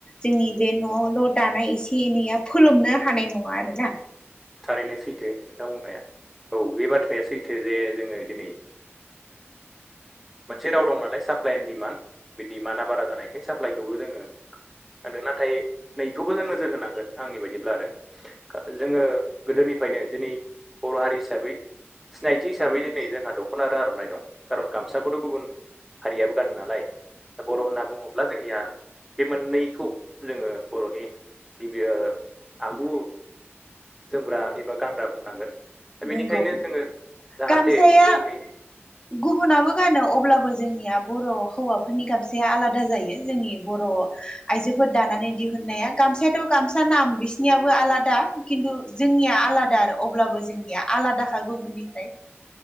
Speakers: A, on the left; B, in the centre.
A: जोंनि बे न'ल' दानाया एसे एनैया फोलोमनो हानाय नङा आरो ना।
B: थारैनो सैथो खोथा बुंनाया औ बे बाथ्राया सैथो जे जोङो दिनै मोनसे राव दं नालाय सापलाइ एन्ड डिमान्ड बे डिमान्डआ बारा जानाय। बे साप्लायखौबो जोङो नांदों नाथाय नैखौबो जों नोजोर होनांगोन आंनि बायदिब्ला आरो। जोङो गोदोनिफ्रायनो दिनै बर' हारि हिसाबै सिनायथि हिसाबै दिनै जोंहा दख'ना आरो आर'नाइ दं खारन गामसाखौथ' गुबुन हारियाबो गानो नालाय दा बर' होनना बुङोब्ला जोंनिया बे मोननैखौ जोङो बर'नि बिबियो आगु जोमग्रा एबा गानग्रा बुंनांगोन। दा बेनिखायनो
A: नंगौ
B: जोङो जाहाथे
A: गामसाया
B: जोंनि
A: गुबुनाबो गानो अब्लाबो जोंनिया बर' हौवाफोरनि गामसाया आलादा जायो। जोंनि बर' आयजोफोर दानानै दिहुननाया गामसायाथ' गामसा नाम बिसिनियाबो आलादा खिन्थु जोंनिया आलादा आरो अब्लाबो जोंनिया आलादाखा गुबुननिफ्राय